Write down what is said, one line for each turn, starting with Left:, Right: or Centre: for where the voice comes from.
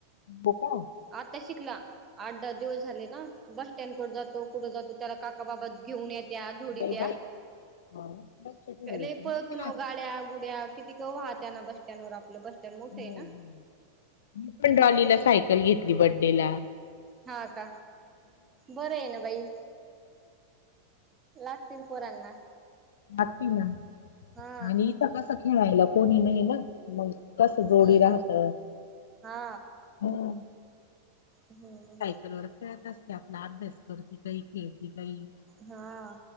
Left: बोका
Right: आता शिकला, आठ दहा दिवस झाले ना. बस स्टँडकड जातो कुठे जातो, त्याला काकाबाबात घेऊन येत त्या झोडीत्या,
Left: बाई बाई लक्ष ठेवायचं
Right: लयी पळतोनावं
Left: मी पण आता
Right: गाड्या गुड्या कितीक वाहत्यान बस स्टँड वर आपलं बस स्टँड मोठं आहे
Left: मी
Right: ना
Left: पण
Right: कितीक
Left: डॉलीला
Right: तर
Left: सायकल घेतली बड्डे ला.
Right: हा का, बरंय न बाई. लागतील पोरांना
Left: लागती ना,
Right: हा
Left: आणि इथं कस खेळायला कोणी नाहीये. मंग कसं
Right: हम्म
Left: गोडी राहत.
Right: हा
Left: ह,
Right: हम्म,
Left: <unintelligible> आपला अभ्यास करती काय के ती काही
Right: हा,